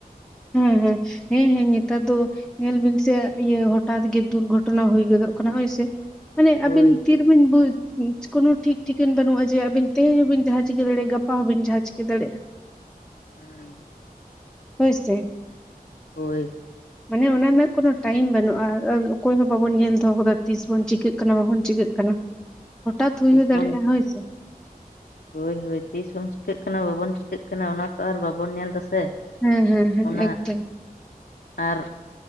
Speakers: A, in the centre; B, on the left (about 80°).
A: ᱦᱩᱸ ᱦᱩᱸ ᱦᱮᱸ ᱦᱮᱸ ᱱᱮᱛᱟᱨ ᱫᱚ ᱧᱮᱞ ᱵᱤᱱ ᱥᱮ ᱤᱭᱟᱹ ᱦᱚᱴᱟᱴ ᱜᱮ ᱫᱩᱨᱜᱷᱚᱴᱚᱱᱟ ᱦᱩᱭ ᱜᱚᱫᱚᱜ ᱠᱟᱱᱟ ᱦᱳᱭ ᱥᱮ ᱢᱟᱱᱮ
B: ᱦᱳᱭ
A: ᱟᱹᱵᱤᱱ ᱛᱤ ᱵᱤᱱ ᱵᱩᱡ ᱠᱳᱱᱳ ᱴᱷᱤᱠ ᱴᱷᱤᱠᱟᱹᱱ ᱵᱟᱹᱱᱩᱜᱼᱟ ᱡᱮ ᱟᱹᱵᱤᱱ ᱛᱮᱦᱤᱧ ᱦᱚᱸ ᱵᱤᱱ ᱡᱟᱦᱟᱸ ᱪᱤᱠᱟᱹ ᱫᱟᱲᱮᱭᱟᱜᱼᱟ ᱜᱟᱯᱟ ᱦᱚᱸ ᱵᱤᱱ ᱡᱟᱦᱟᱸ ᱪᱤᱠᱟᱹ ᱫᱟᱲᱮᱭᱟᱜᱼᱟ ᱾
B: ᱦᱮᱸ
A: ᱦᱳᱭ ᱥᱮ
B: ᱦᱳᱭ ᱾
A: ᱢᱟᱱᱮ ᱚᱱᱟ ᱨᱮᱱᱟᱜ ᱠᱳᱱᱳ ᱴᱟᱭᱤᱢ ᱵᱟᱹᱱᱩᱜᱼᱟ ᱟᱨ ᱚᱠᱚᱭ ᱦᱚᱸ ᱵᱟᱵᱚᱱ ᱧᱮᱞ ᱫᱚᱦᱚ ᱠᱟᱫᱟ ᱛᱤᱥ ᱵᱚᱱ ᱪᱤᱠᱟᱹᱜ ᱠᱟᱱᱟ ᱵᱟᱵᱚᱱ ᱪᱤᱠᱟᱹᱜ ᱠᱟᱱᱟ ᱾ ᱦᱚᱴᱟᱛ
B: ᱛᱤᱥ
A: ᱦᱩᱭ ᱦᱚᱸ
B: ᱵᱚᱱ
A: ᱫᱟᱲᱮᱭᱟᱜᱼᱟ ᱦᱳᱭ ᱥᱮ
B: ᱦᱳᱭ ᱦᱳᱭ ᱛᱤᱥ ᱵᱚᱱ ᱪᱤᱠᱟᱹᱜ ᱠᱟᱱᱟ ᱵᱟᱵᱚᱱ ᱪᱤᱠᱟᱹᱜ ᱠᱟᱱᱟ ᱚᱱᱟ ᱛᱚ ᱟᱨ ᱵᱟᱵᱚᱱ ᱧᱮᱞ ᱫᱟᱥᱮ
A: ᱦᱮᱸ ᱦᱮᱸ ᱦᱮᱸ
B: ᱚᱱᱟ
A: ᱮᱠᱫᱚᱢ
B: ᱟᱨ